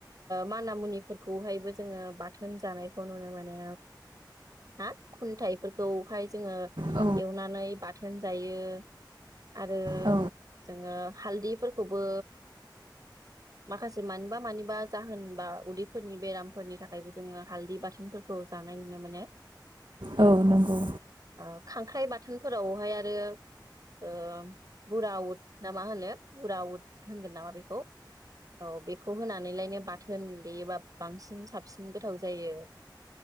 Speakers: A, on the right; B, on the right.
A: माना मुनिफोरखौहायबो जोङो बाथोन जानायखौ नुनो मोनो हा खुन्थाइफोरखौहाय जोङो
B: औ
A: एवनानै बाथोन जायो आरो
B: औ
A: जोङो हालदैफोरखौबो माखासे मानिबा मानिबा जाहोन बा उदैफोरनि बेरामफोरनि थाखायबो जोङो हालदै बाथोनफोरखौ जानाय नुनो मोनो
B: औ
A: ओ
B: नंगौ
A: ओ खांख्राइ बाथोनफोरावहाय आरो ओ बुरा उद ना मा होनो बुरा उद होनगोन नामा बेखौ औ बेखौ होनानैलायनो बाथोन देयोबा बांसिन साबसिन गोथाव जायो